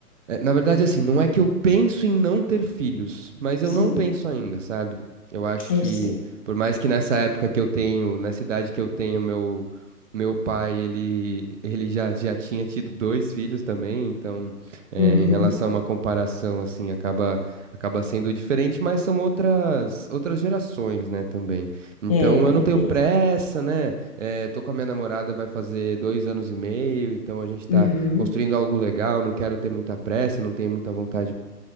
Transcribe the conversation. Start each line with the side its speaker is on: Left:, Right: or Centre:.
Right: É, na verdade, assim, não é que eu penso em não ter filhos, mas eu
Left: sim.
Right: não penso ainda, sabe? Eu acho
Left: Eu
Right: que,
Left: sei.
Right: por mais que nessa época que eu tenho, nessa idade que eu tenho, meu, meu pai, ele, ele já, já tinha tido dois filhos também, então, é,
Left: Uhum.
Right: em relação a uma comparação, assim, acaba, acaba sendo diferente, mas são outras, outras gerações, né, também. Então,
Left: É, também
Right: eu não tenho
Left: tem
Right: pressa,
Left: isso.
Right: né? É, tô com a minha namorada, vai fazer dois anos e meio, então a gente tá
Left: Uhum.
Right: construindo algo legal, não quero ter muita pressa, não tenho muita vontade,